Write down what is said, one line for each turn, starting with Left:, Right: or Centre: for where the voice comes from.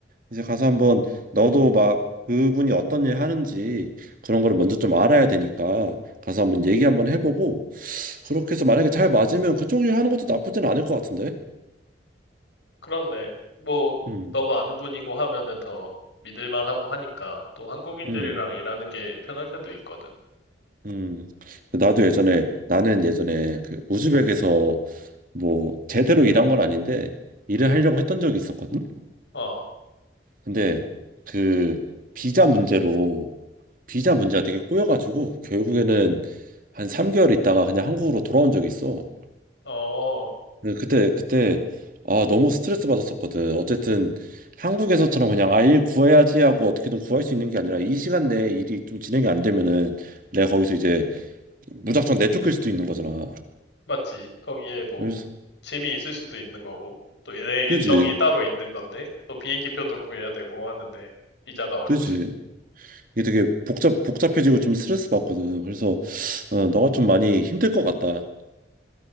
Right: 이제 가서 한번 너도 막 그분이 어떤 일 하는지 그런 거를 먼저 좀 알아야 되니까 가서 한번 얘기 한번 해보고. 그렇게 해서 만약에 잘 맞으면 그쪽 일 하는 것도 나쁘진 않을 것 같은데.
Left: 그렇네. 뭐,
Right: 음,
Left: 너가 아는 분이고 하면은 더 믿을만 하고 하니까 또 한국인들이랑
Right: 음,
Left: 일하는 게 편할 때도 있거든.
Right: 음. 나도 예전에 나는 예전에 그 우즈벡에서 뭐 제대로 일한 건 아닌데 일을
Left: 음,
Right: 하려고 했던 적이 있었거든.
Left: 어,
Right: 근데 그 비자 문제로 비자 문제가 되게 꼬여가지고 결국에는 한 3개월 있다가 그냥 한국으로 돌아온 적이 있어.
Left: 어.
Right: 그- 그때 그때 아 너무 스트레스 받았었거든. 어쨌든 한국에서처럼 그냥 아 일 구해야지 하고 어떻게든 구할 수 있는 게 아니라 이 시간 내에 일이 좀 진행이 안 되면은 내가 거기서 이제 무작정 내쫓길 수도 있는 거잖아.
Left: 맞지? 거기에 뭐
Right: 그래서
Left: 짐이 있을 수도 있는 거고 또 내 일정이
Right: 그지
Left: 따로 있는 건데 또 비행기 표도 구해야 되고 하는데 비자가 어렵지.
Right: 그지 이게 되게 복잡 복잡해지고 좀 스트레스 받거든. 그래서 어, 너가 좀 많이 힘들 것 같다.